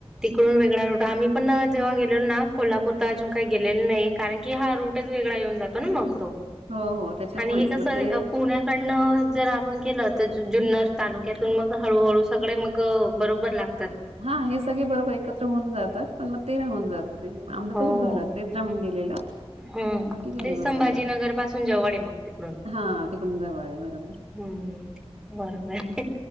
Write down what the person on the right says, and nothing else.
हो हो त्याच्यामुळेच
मग ते
हा हे सगळे बरोबर एकत्र होऊन जातात पण मग ते राहून जात ते आमचं
तसंच झालं तेच राहून गेलेलं
बाकी गेले
मग
सगळे
हा तिकडून जवळ आहे बरोबर